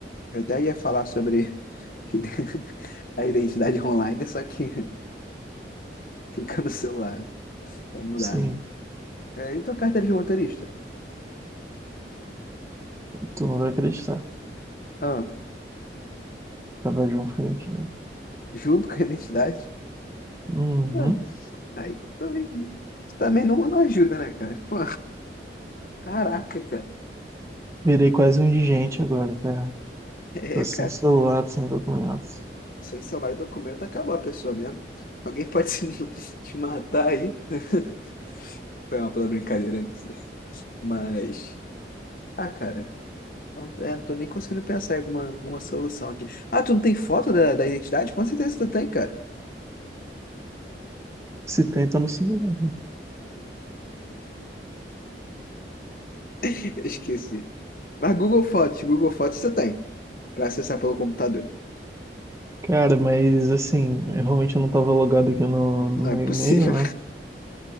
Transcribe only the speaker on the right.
Sim,
tu não vai acreditar.
Tava junto com a identidade.
Uhum.
Virei quase um indigente agora, cara.
Tô sem
celular, sem documentos.
Se tenta no celular.
Cara, mas assim, eu realmente eu não tava logado aqui no, no
meu
e-mail, né?